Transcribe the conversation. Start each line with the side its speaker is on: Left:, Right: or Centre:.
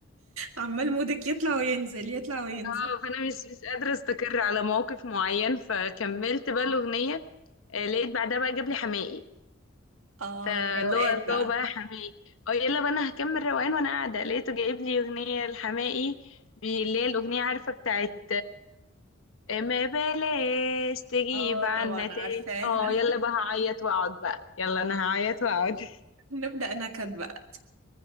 Right: عمال مودك يطلع وينزل يطلع وينزل
Left: اه فانا مش مش قادره استقر على موقف معين فكملت بقى الاغنيه آه، لقيت بعدها بقى جاب لي حماقي
Right: اه
Left: فاللي
Right: روقان
Left: هو الله
Right: بقى
Left: بقى حماقي اه يلا بقى انا هكمل روقان وانا قاعده لقيته جايب لي اغنيه لحماقي بي- اللي هي الاغنيه عارفه بتاعت آه، ما بلاش تجيب
Right: اه
Left: عنا
Right: طبعا
Left: تاني
Right: عارفاها
Left: اه يلا بقى هعيط واقعد بقى يلا انا هعيط واقعد
Right: <laughs> نبدأ نكد بقى